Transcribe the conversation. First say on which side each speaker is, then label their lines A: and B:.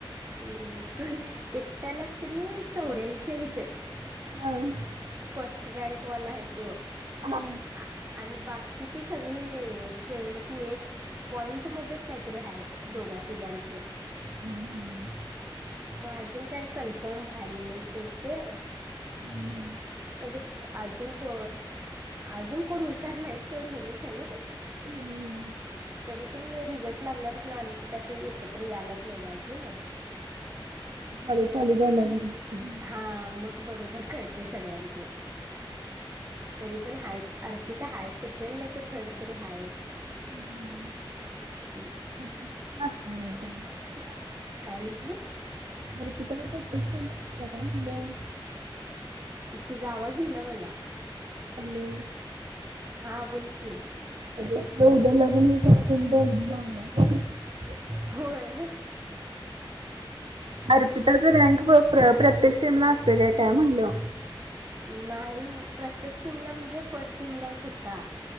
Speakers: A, on the right (about 30°); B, on the right (about 70°).
A: हम्म. ते एकट्यालाच क नि चौऱ्यांशी आहेत
B: <unintelligible>
A: फस्ट रँकवाला हाय तो.
B: हा
A: आ- आणि बाकीची सगळी सेव्हनटी एट पॉइंट मध्येच काहीतरी आहे दोघा तिघांचं.
B: <unintelligible>
A: मग अजून काही कन्फर्म व्हायला नाही सोड ते.
B: <inaudible>
A: म्हणजे अजून को अजून कोण हुशार नाहीत सोड हेनीच हाईत.
B: हम्म.
A: तरी पण रिझल्ट लागल्यापासून आम्ही कुठ अस एकत्र यायलाच नाही अजून.
B: खाली चालत जायला लागणार.
A: हा मग बरोबर कळतय सगळ्यांचं. तरी पण हायत अर्पिता हाय, सेकंड नाही तर थर्ड तरी हायच.
B: <unintelligible>
A: ती काय म्हटलीस.
B: अरपिता <unintelligible> काय म्हंटल.
A: तुझा आवाज येईना मला.
B: हॅलो.
A: हां बोलकी.
B: <unintelligible>
A: होय.
B: अर्पिताच रँक बघ. प्र प्रत्येक सिमला असत काय? काय म्हणल?
A: नाही. प्रत्येक सिमला म्हणजे फस्ट सिमला एक होता.